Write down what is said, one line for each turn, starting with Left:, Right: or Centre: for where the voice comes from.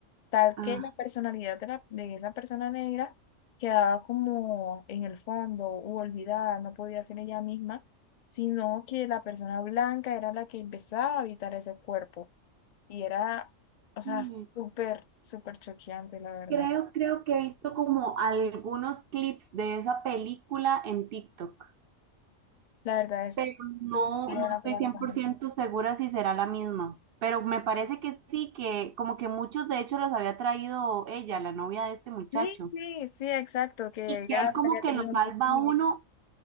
Left: tal
Right: ah.
Left: que la personalidad de, la- de esa persona negra quedaba como en el fondo u olvidada, no podía ser ella misma, sino que la persona blanca era la que empezaba a habitar ese cuerpo. Y era, o sea,
Right: Mm.
Left: súper, súper choqueante, la verdad.
Right: Creo, creo que he visto como algunos clips de esa película en TikTok.
Left: La verdad es,
Right: pero no,
Left: tú la
Right: no estoy
Left: palabra
Right: cien
Left: también.
Right: por ciento segura si será la misma. Pero me parece que sí, que como que muchos de hecho los había traído ella, la novia de este muchacho.
Left: Sí, sí, sí, exacto, que
Right: Y
Left: ella
Right: que él como
Left: había
Right: que
Left: tenido
Right: lo salva
Left: un...
Right: a uno,